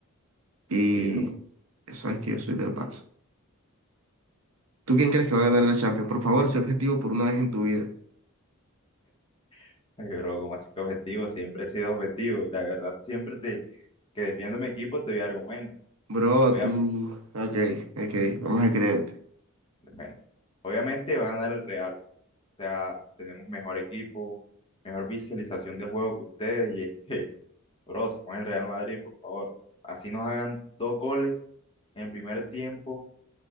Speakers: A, on the right; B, on the left.
A: y
B: sí, bro.
A: ya sabes que yo soy del Barça. ¿Tú quién crees que va a ganar la Champions? Por favor, sé objetivo por una vez en tu vida.
B: <laughs> Ey, bro, como así que objetivo? Siempre he sido objetivo y la verdad, siempre te, que defiendo mi equipo te doy argumentos.
A: Bro,
B: Obviamente,
A: tú, ok, ok, vamos a creerte.
B: bueno, obviamente va a ganar el Real. O sea, tenemos mejor equipo, mejor visualización de juego que ustedes y es que, <laughs> bro, se pone el Real Madrid, por favor. Así nos hagan dos goles en el primer tiempo.